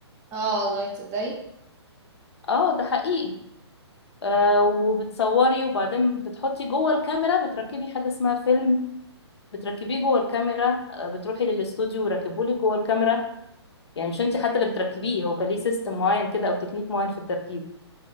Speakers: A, on the right; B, on the left.
A: اه والله تصدقي
B: اه ده حقيقي آه وبتصوري وبعدين بتحطي جوه الكاميرا بتركبي حاجة اسمها فيلم بتركبيه جوه الكاميرا آه، بتروحي للاستوديو ويركبولك جوه الكاميرا يعني مش انت حتى اللي بتركبيه هو كان ليه سيستم معين كده او تكنيك معين في التركيب